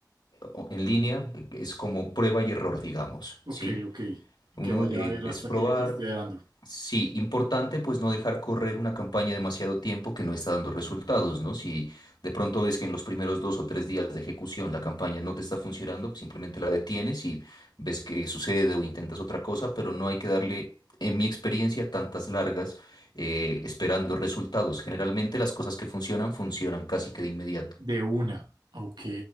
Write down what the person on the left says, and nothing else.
o- en línea eh, es como prueba y error, digamos,
¿sí?
Uno
eh,
es
probar.
Sí, importante pues no dejar correr una campaña demasiado tiempo que no está dando resultados, ¿no? Si de pronto ves que en los primeros dos o tres días de ejecución la campaña no te está funcionando, pues simplemente la detienes y ves qué sucede o intentas otra cosa, pero no hay que darle, en mi experiencia, tantas largas eh, esperando resultados. Generalmente las cosas que funcionan funcionan casi que de inmediato.